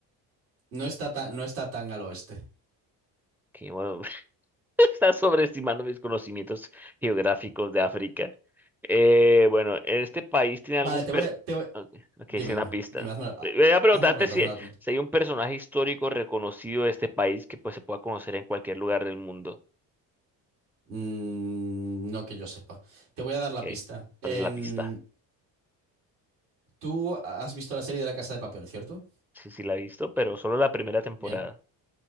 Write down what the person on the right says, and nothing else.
No está tan, no está tan al oeste.
Vale,
te
voy a... Te voy-
Dime,
dime.
Dime, hazme la, ah,
hazme la pregunta,
hazme la pregunta.
Mm, no que yo sepa. Te voy a dar la
pista. Em,
tú has visto la serie de La Casa de Papel, ¿cierto?
Bien.